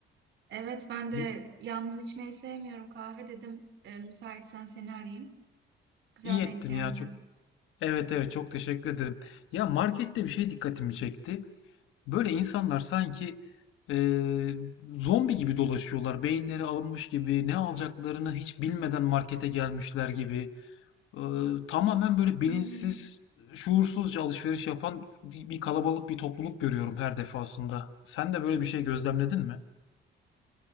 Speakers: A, on the right; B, on the left.
A: Evet, ben de
B: Hı.
A: yalnız içmeyi sevmiyorum. Kahve dedim. E, müsaitsen seni arayayım. Güzel
B: İyi ettin
A: denk geldi.
B: ya çok. Evet evet çok teşekkür ederim. Ya markette bir şey dikkatimi çekti. Böyle insanlar sanki eee, zombi gibi dolaşıyorlar. Beyinleri alınmış gibi ne alacaklarını hiç bilmeden markete gelmişler gibi. Ee, tamamen böyle bilinçsiz,
A: Hı hı.
B: şuursuzca alışveriş yapan bir, bir kalabalık bir topluluk görüyorum her defasında. Sen de böyle bir şey gözlemledin mi?